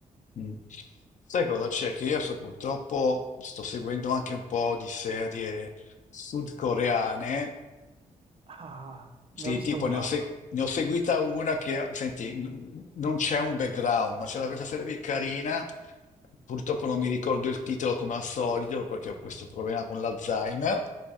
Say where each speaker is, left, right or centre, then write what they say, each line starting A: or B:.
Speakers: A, on the left; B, on the right.
A: Mm. Sai cosa c'è? Che io so, purtroppo sto seguendo anche un po' di serie sudcoreane
B: Ah,
A: Sì,
B: ne ho visto
A: tipo
B: un
A: ne
B: paio.
A: ho, se- ne ho seguita una che, senti, n- non c'è un background, ma c'era questa serie qui carina, purtroppo non mi ricordo il titolo come al solito perché ho questo problema con l'Alzheimer,